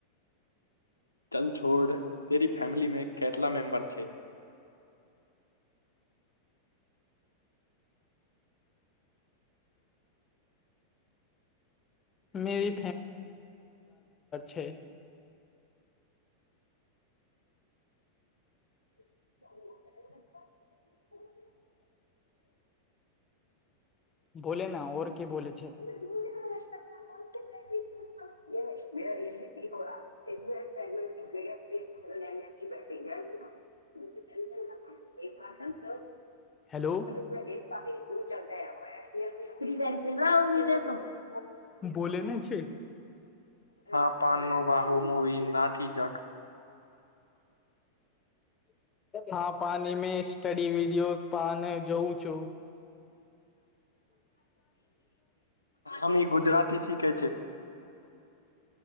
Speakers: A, on the left; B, on the left.
A: ચલ છોડ તેરી ફેમિલી મે કેટલા મેમ્બર છે.
B: મેરી છે.
A: <inaudible>
B: બોલે ના ઓર કે બોલે છે.
A: <inaudible> <inaudible> <inaudible>
B: હેલો.
A: <inaudible>
B: બોલેને છે.
A: હા પાન નો વાહો મોવી નાથી જાટો.
B: હા પાન મે સ્ટડી વિડીયો પાન જોઉં છું.
A: અમે ગુજરાતી શીખે છે.